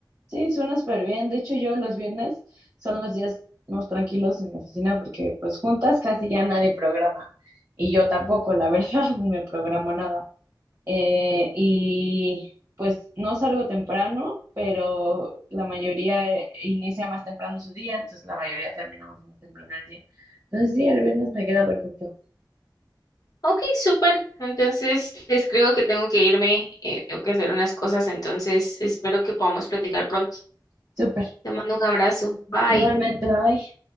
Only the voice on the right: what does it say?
Sí, suena súper bien. De hecho, yo los viernes son los días más tranquilos en la oficina porque pues juntas casi ya nadie programa y yo tampoco, la verdad, <laughs> no me programo nada. eh, y pues no salgo temprano, pero la mayoría eh, inicia más temprano su día, entonces la mayoría terminamos más temprano el día. Entonces sí, el viernes me queda perfecto.
Súper.
Igualmente, bye.